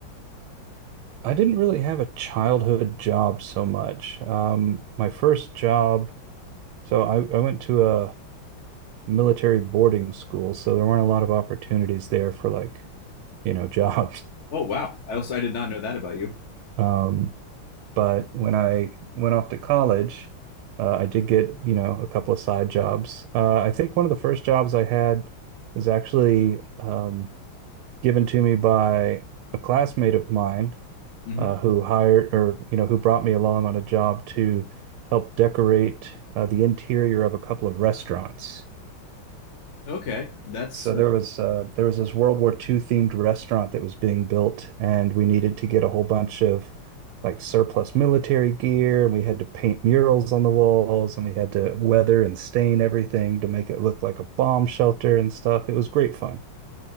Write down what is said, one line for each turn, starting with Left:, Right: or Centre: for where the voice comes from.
Right: I didn't really have a childhood job so much. Um, my first job, so I, I went to a military boarding school, so there weren't a lot of opportunities there for like, you know, <laughs> jobs.
Left: Oh, wow! I also I did not know that about you.
Right: Um, but when I went off to college, uh, I did get, you know, a couple of side jobs. Uh, I think one of the first jobs I had was actually um, given to me by a classmate of mine.
Left: hmm
Right: uh, who hired or you know who brought me along on a job to help decorate uh, the interior of a couple of restaurants.
Left: Okay, that's
Right: So there was uh, there was this World War II themed restaurant that was being built, and we needed to get a whole bunch of like surplus military gear, and we had to paint murals on the walls, and we had to weather and stain everything to make it look like a bomb shelter and stuff. It was great fun.